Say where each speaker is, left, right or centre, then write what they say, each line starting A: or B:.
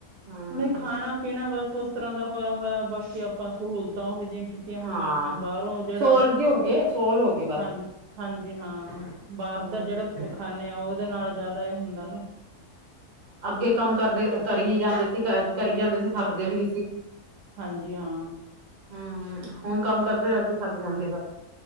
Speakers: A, on the right; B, on the right.
A: ਹਮ
B: ਹੁਣ ਇਹ ਖਾਣਾ ਪੀਣਾ ਬਸ ਬਸ ਤਰ੍ਹਾਂ ਦਾ ਹੋਇਆ ਹੋਇਆ ਬਾਕੀ ਆਪਾਂ ਸਹੂਲਤਾਂ ਉਹ ਜਿਹੀਆਂ। ਕੀਤੀਆਂ ਹੋਈਆਂ
A: ਹਾਂ
B: ਵਾਂ ਬਾਹਰੋਂ ਜਿਹੜਾ,
A: ਸੋਲ ਜੇ ਹੋ ਗਏ ਸੋਲ ਹੋ ਗਏ ਵੱਧ
B: ਹਾਂਜੀ ਹਾਂਜੀ ਹਾਂ ਬਾਹਰ
A: ਹਮ
B: ਦਾ ਜਿਹੜਾ ਖਾਨੇ ਆ ਉਹਦੇ ਨਾਲ ਜ਼ਿਆਦਾ ਇਹ ਹੁੰਦਾ ਨਾ
A: ਅੱਗੇ ਕੰਮ ਕਰਦੇ
B: ਪਹਿਲਾਂ
A: ਕਰੀ ਜਾਂਦੇ ਸੀ
B: ਕੰਮ
A: ਕਰੀ ਜਾਂਦੇ ਸੀ
B: ਕਰਦੇ
A: ਥੱਕਦੇ ਵੀ ਨ ਸੀ
B: ਹਾਂਜੀ ਹਾਂ
A: ਹਮ ਹੁਣ ਕੰਮ ਕਰਦੇ ਰਗੇ ਥਥ ਜਾਂਦੇ।